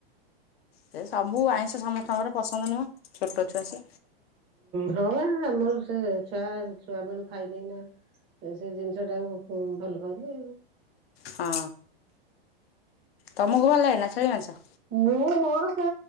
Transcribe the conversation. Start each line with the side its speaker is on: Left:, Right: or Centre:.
Left: ସେ ସବୁ ଆଇଁଷ ସମସ୍ତଙ୍କର ପସନ୍ଦ ନୁହଁ। ଛୋଟ ଛୁଆ ସେ
Right: ହଁ ଆମର ସେ ଛୁଆ ଛୁଆ ବେଳୁ ଖାଇନି ନା ସେ ଜିନିଷ ଟାକୁ ଭଲ ପାନ୍ତି।
Left: ହଁ। ତମକୁ ଭଲ ଲାଗେ ନା ଛେଳି ମାଂସ।
Right: ମୁଁ ମୋର ସେ,